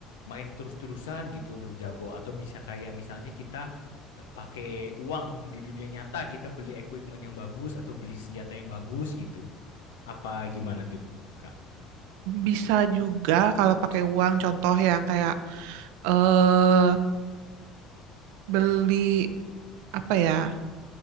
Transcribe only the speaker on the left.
main terus-terusan gitu untuk jago atau bisa kayak misalnya kita eh, pakai uang di dunia nyata kita beli equipment yang bagus atau beli senjata yang bagus gitu. Apa gimana tuh, Kak?